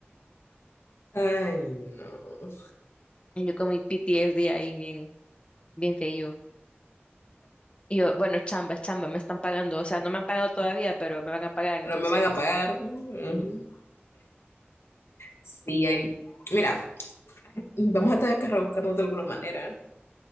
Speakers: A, on the left; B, on the left.
A: Ay, no.
B: Yo con mi PTSD ahí bien, bien feo. Y yo, bueno, es chamba, es chamba, me están pagando. O sea, no me han pagado todavía, pero me van a pagar, entonces,
A: Pero me van a pagar. Mm. Sí, ahí. Mira, vamos a tener que rebuscarnos de alguna manera.